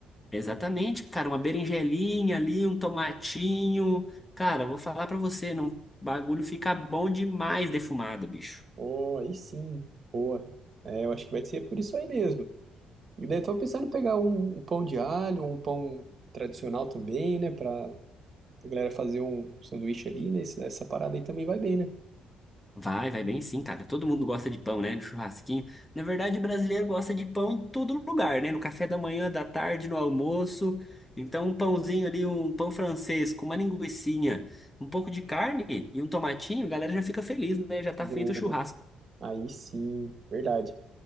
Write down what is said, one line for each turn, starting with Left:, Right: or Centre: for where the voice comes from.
Left: exatamente, cara. Uma berinjelinha ali, um tomatinho. Cara, eu vou falar pra você, não, o bagulho fica bom demais defumado, bicho.
Right: Ou aí sim, boa. É, eu acho que vai ser por isso aí mesmo. E daí tô pensando em pegar um, um pão de alho, um pão tradicional também, né? Pra, a galera fazer um sanduíche ali, né? esse- Essa parada aí também vai bem, né?
Left: Vai, vai bem sim, cara. Todo mundo gosta de pão, né? No churrasquinho. Na verdade, o brasileiro gosta de pão em todo lugar, né? No café da manhã, da tarde, no almoço. Então, um pãozinho ali, um pão francês com uma linguiçinha, um pouco de carne e um tomatinho, a galera já fica feliz, né? Já tá
Right: Boa.
Left: feito o churrasco.
Right: Aí sim, verdade.